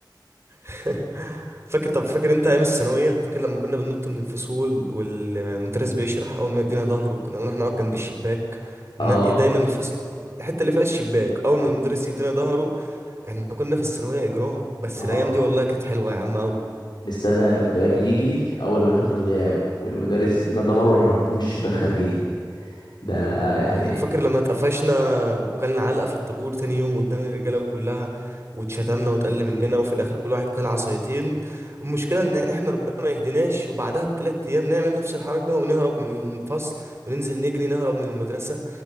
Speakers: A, on the right; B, on the left.
A: <laughs> فاكر طب فاكر انت ايام الثانويه فاكر لما كنا بننط من الفصول والمدرس بيشرح اول ما يدينا ظهره كنا بنروح نقعد جنب الشباك
B: اه
A: ننقي دايما الفصل الحته اللي فيها الشباك اول ما المدرس يدينا ظهره احنا كنا في الثانوية إجرام بس
B: اه
A: الأيام دي والله كانت حلوة يا عم أوي
B: نستنى الغياب يجي اول ما ناخد الغياب والمدرس يدينا ظهره واحنا نطين من الشباك خارجين ده
A: و-
B: يعني
A: و- فاكر لما اتقفشنا وكلنا علقة في الطابور تاني يوم قدام الرجالة كلها واتشتمنا واتقل مننا وفي الآخر كل واحد كل عصايتين المشكلة إن يعني إحنا ربنا ما يهديناش وبعدها بتلات أيام نعمل نفس الحركة ونهرب من الفصل وننزل نجري نهرب من المدرسة